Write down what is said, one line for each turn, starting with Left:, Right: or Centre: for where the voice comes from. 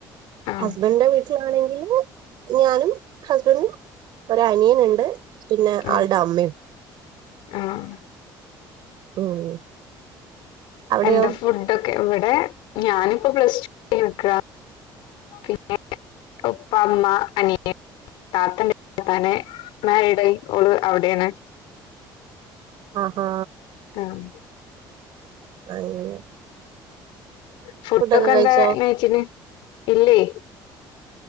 Left: ആഹ്
Right: ഹസ്ബൻന്റെ വീട്ടിലാണെങ്കില് ഞാനും ഹസ്ബൻഡും. ഒര അനിയന്ണ്ട് പിന്നെ
Left: ആഹ്
Right: ആൾടെ അമ്മ
Left: ആഹ്
Right: ഉം അവിടെയോ
Left: എന്താ ഫുഡെക്കെ ഇവടെ ഞാനിപ്പോ പ്ലസ് ടു കഴിഞ്ഞ് നിക്കാ പിന്നെ ഉപ്പ ഉമ്മ അനിയൻ താത്ത ണ്ട് താത്താനെ മേരീ ഡയിൻ ഓള് അവിടെണ്.
Right: ആഹ് ഹാ
Left: ട്ടാം
Right: അങ്ങനെ
Left: ഫുഡെക്കെ
Right: ഫുഡൊക്കെ കഴിച്ചോ
Left: എന്താ ഇന്ന് യിച്ചിന് ഇല്ലേ